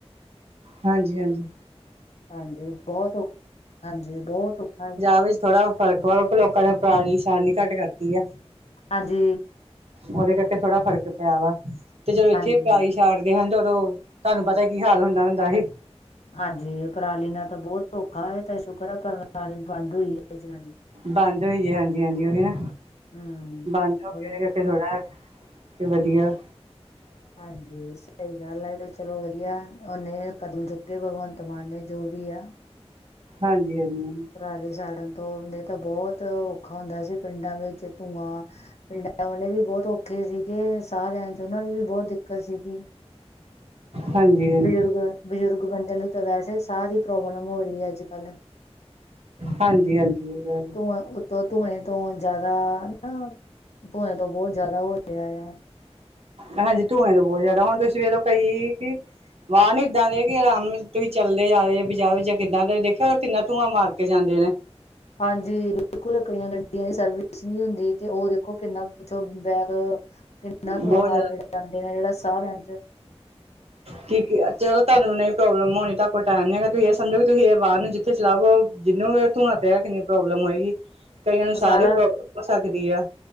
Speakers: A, on the right; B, on the left.
A: ਹਾਂਜੀ-ਹਾਂਜੀ।
B: ਹਾਂਜੀ, ਬਹੁਤ ਔਖ ਹਾਂਜੀ ਬਹੁਤ ਔਖਾ ਹੈ।
A: ਉਹ ਵਿੱਚ ਥੋੜ੍ਹਾ ਫਰਕ ਵਾ ਕਿਉਕਿ ਲੋਕਾਂ ਨੇ ਬਾਰਿਸ਼ ਆਉਣੀ ਘੱਟ ਕਰਤੀ ਆ।
B: ਹਾਂਜੀ
A: ਉਹਦੇ ਕਰਕੇ ਥੋੜਾ ਫਰਕ ਪਿਆ ਵਾ, ਤੇ ਜਦੋਂ ਇੱਥੇ
B: ਹਾਂਜੀ
A: ਪਰਾਲੀ ਛੜਦੇ ਹਨ ਤੇ ਉਦੋਂ ਤੁਹਾਨੂੰ ਪਤਾ ਕੀ ਹਾਲ ਹੁੰਦਾ ਹੁੰਦਾ ਸੀ।
B: ਹਾਂਜੀ, ਪਰਾਲੀ ਨਾਲ ਤਾਂ ਬਹੁਤ ਔਖਾ ਇਹ ਤਾਂ ਸ਼ੁਕਰ ਹੈ ਪਰਾਲੀ ਬੰਦ ਹੋਈ ਹੈ ਜਲਾਣੀ।
A: ਬੰਦ ਹੋਈ ਦੀ ਹਾਂਜੀ- ਹਾਂਜੀ ਓਹੀ ਨਾ,
B: ਹਮ
A: ਬੰਦ ਹੋ ਕੇ
B: ਨਾਲ-
A: ਉਹਦੇ ਕਰਕੇ ਥੋੜਾ ਤੇ ਵਧੀਆ।
B: ਹਾਂਜੀ, ਸਹੀ ਗੱਲ ਐ, ਐ ਤੇ ਚਲੋ ਵਧੀਆ, ਉਹਨੇ ਕਦਮ ਚੁੱਕੇ ਭਗਵੰਤ ਮਾਨ ਨੇ, ਜੋ ਵੀ ਆ।
A: ਹਾਂਜੀ-ਹਾਂਜੀ-ਹਾਂਜੀ।
B: ਪਰਾਲੀ ਸਾੜਨ ਤੋਂ, ਨਹੀਂ ਤਾਂ ਬਹੁਤ ਔਖਾ ਹੁੰਦਾ ਸੀ ਪਿੰਡਾਂ ਵਿੱਚ, ਧੂੰਆਂ ਪਿੰਡਾਂ ਵਾਲੇ ਵੀ ਬਹੁਤ ਔਖੇ ਸੀਗੇ, ਸਾਹ ਲੈਣ ਚ ਉਹਨਾਂ ਨੂੰ ਵੀ ਬਹੁਤ ਦਿੱਕਤ ਸੀਗੀ।
A: ਹਾਂਜੀ ਹਾਂਜੀ
B: ਬਜ਼ੁਰਗ, ਬਜ਼ੁਰਗ ਬੰਦਿਆਂ ਨੂੰ ਤਾਂ ਵੈਸੇ ਸਾਹ ਦੀ ਪ੍ਰੋਬਲਮ ਹੋ ਰਹੀ ਅੱਜ-ਕੱਲ।
A: ਹਾਂਜੀ-ਹਾਂਜੀ, ਓਈ ਗੱਲ
B: ਧੂੰਆਂ ਉੱਤੋਂ ਧੂੰਏ ਤੋਂ ਜ਼ਿਆਦਾ ਨਾ, ਧੂੰਏ ਤੋਂ ਬਹੁਤ ਜ਼ਿਆਦਾ ਓ ਹੋ ਰਿਹਾ ਆ।
A: ਹਾਂਜੀ, ਧੂੰਏ ਤੋਂ ਬਹੁਤ ਜ਼ਿਆਦਾ ਹੁੰਦਾ, ਹੁਣ ਤੁਸੀਂ ਵੇਖ ਲਓ ਕਈ ਵਾਹਨ ਈ ਇੱਦਾਂ ਦੇ ਕਿ ਆਰਾਮ ਤੁਸੀਂ ਚੱਲਦੇ ਜਾ, ਰੇ ਬਜਾਰੋਂ ਜਾਂ ਕਿੱਦਾਂ ਦੇ ਦੇਖਿਆ, ਕਿੰਨਾ ਧੂੰਆਂ ਮਾਰ ਕੇ ਜਾਂਦੇ ਨੇ।
B: ਹਾਂਜੀ, ਬਿਲਕੁਲ, ਕਈਆਂ ਗੱਡੀਆਂ ਦੀ ਸਰਵਿਸ ਨਹੀਂ ਹੁੰਦੀ ਤੇ ਉਹ ਦੇਖੋ ਕਿੰਨਾ ਇੱਥੋਂ ਬੈਕ ਕਿੰਨਾ
A: ਬਹੁਤ
B: ਧੂੰਆਂ ਮਾਰ ਕੇ ਜਾਂਦੇ ਨੇ, ਜਿਹੜਾ ਸਾਹ ਲੈਣ ਚ
A: ਕਿ-ਕਿ, ਚਲੋ ਤੁਹਾਨੂੰ ਨਹੀਂ ਪ੍ਰੋਬਲਮ ਹੋਣੀ, ਤਾ ਕੋਲ ਟਾਈਮ ਨੀ ਹੈਗਾ, ਤੁਸੀਂ ਇਹ ਸੰਡੇ ਵੀ ਤੁਸੀਂ ਇਹ ਵਾਰ ਨੂੰ ਜਿ ਉੱਥੇ ਚਲਾਵੋ, ਜਿੰਨੂੰ ਵੀ ਧੂੰਆਂ ਤੇ ਹੈ, ਕਿੰਨੀ ਪ੍ਰੋਬਲਮ ਹੋਏਗੀ। ਕਈਆਂ
B: ਉਹ
A: ਨੂੰ ਸਾਹ
B: ਸਾਰਾ
A: ਦੀ ਪ੍ਰੋਬਲਮ ਹੋ ਸਕਦੀ ਐ।